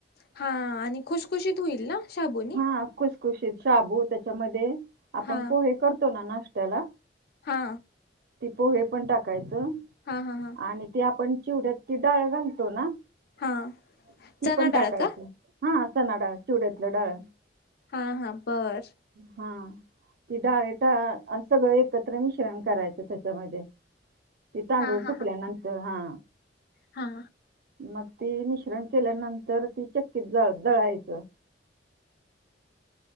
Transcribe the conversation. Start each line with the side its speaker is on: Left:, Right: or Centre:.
Left: हा आणि खुशखुशीत होईल ना. शाबूनी
Right: हा खुसखुशीत शाबू त्याच्यामध्ये आपण
Left: हा
Right: पोहे करतो ना नाश्त्याला
Left: हा.
Right: ती पोहे पण टाकायचं.
Left: हा हा हा.
Right: आणि ती आपण चिवड्यात ती डाळ घालतो ना,
Left: हा
Right: ती
Left: चना
Right: पण टाकायच.
Left: डाळ का
Right: हा चना डाळ, चवडेतलं डाळ.
Left: हा हा बर.
Right: हा. तिडायट असं सगळं एकत्र मिश्रण करायचं त्याच्यामध्ये. ते तांदुळ
Left: हा हा
Right: सुकल्या
Left: हा
Right: नंतर हा.
Left: हा.
Right: मग ती मिश्रण केल्यानंतर ती चक्कीत ज दळायचं.